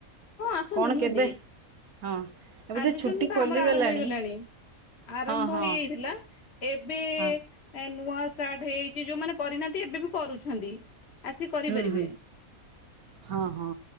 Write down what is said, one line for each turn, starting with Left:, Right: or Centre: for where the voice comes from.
Left: ହଁ ଆସନ୍ତୁ
Right: କଣ
Left: ନିହାତି।
Right: କେବେ ହଁ ଏବେ
Left: ଆଡମିସନ୍
Right: ତ ଛୁଟି
Left: ତ
Right: ଖୋଲିଗଲାଣି
Left: ଆମର ଆରମ୍ଭ ହେଇଗଲାଣି। ଆରମ୍ଭ
Right: ହଁ ହଁ
Left: ହେଇଯାଇଥିଲା। ଏବେ
Right: ହଁ
Left: ନୂଆ ଏ ଷ୍ଟାର୍ଟ ହେଇଯାଇଚି। ଯୋଉମାନେ କରିନାହାନ୍ତି ଏବେ ବି କରୁଛନ୍ତି। ଆସି କରିପାରିବେ
Right: ହୁଁ ହୁଁ। ହଁ ହଁ।